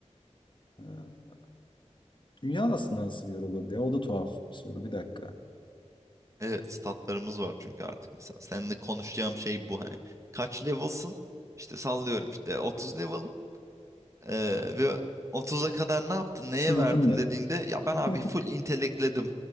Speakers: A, on the left; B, on the right.
A: eee, dünya aslında nasıl bir yer olur diye, O da tuhaf bir soru. Bir dakika.
B: evet statlarımız var çünkü artık mesela seninle konuşacağım şey bu hani kaç level'sın? İşte sallıyorum işte 30 level'ım. Ee, ve 30'a kadar ne yaptın,
A: Sınıfın
B: neye verdin
A: ne?
B: dediğinde ya ben
A: <laughs>
B: abi full intelekledim.